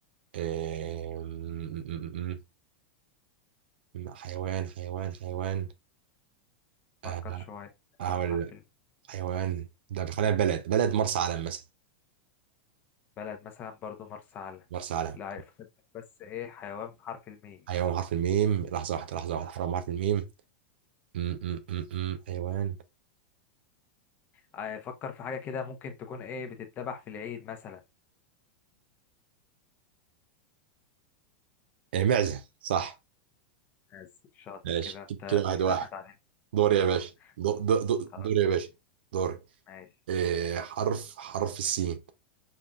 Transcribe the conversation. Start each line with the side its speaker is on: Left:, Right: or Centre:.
Right: أم- حيوان حيوان حيوان أه،
Left: فكر شوية حيوان
Right: هقول
Left: بحرف
Right: لك
Left: الم
Right: حيوان ده خلينا في بلد بلد مرسى علم مثلا
Left: بلد مثلا برضو مرسى علم
Right: مرسى علم
Left: لا فكرتك بس ايه حيوان بحرف الميم
Right: حيوان حرف الميم لحظة واحدة لحظة واحدة حرام حرف الميم م- م- م- م. حيوان
Left: آه، فكر في حاجة كده ممكن تكون ايه بتتذبح في العيد مثلا
Right: إيه، معزة صح
Left: بس شاطر
Right: ماشي
Left: كده انت
Right: كده واحد
Left: كده
Right: واحد
Left: احنا تعادلنا
Right: دور
Left: واحد
Right: يا
Left: واحد
Right: باشا دو- دو- دو-
Left: خلاص
Right: دور يا
Left: ماشي
Right: باشا دور
Left: ماشي
Right: إيه حرف حرف السين